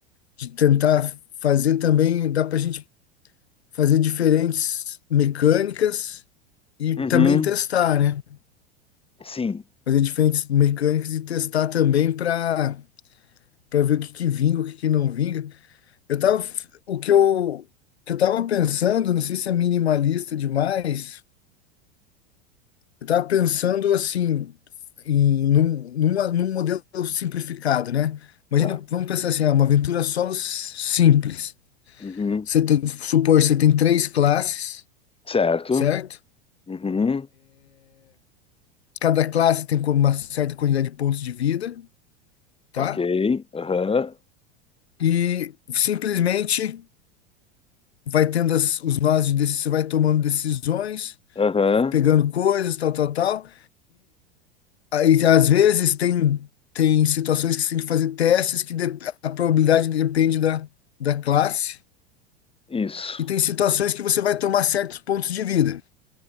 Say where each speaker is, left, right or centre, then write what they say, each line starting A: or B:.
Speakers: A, on the left; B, on the left.
A: de tentar fazer também, dá para a gente fazer diferentes mecânicas e
B: Uhum,
A: também testar, né?
B: sim,
A: Fazer diferentes mecânicas e testar também para para ver o que que vinga, o que que não vinga. Eu tava, o que eu, que eu tava pensando, não sei se é minimalista demais, Eu estava pensando assim em num, numa- num modelo simplificado, né? Imagina,
B: tá.
A: vamos pensar assim, ah, uma aventura solo s- simples.
B: Uhum,
A: Você tem, supor, você tem três classes,
B: certo.
A: certo?
B: Uhum,
A: Cada classe tem com- uma certa quantidade de pontos de vida, tá?
B: ok. Aham,
A: E simplesmente vai tendo as- os nós de decisão, você vai tomando decisões,
B: aham,
A: pegando coisas, tal, tal, tal. Aí, às vezes, tem, tem situações que você tem que fazer testes que dep- a probabilidade depende da, da classe,
B: isso.
A: e tem situações que você vai tomar certos pontos de vida,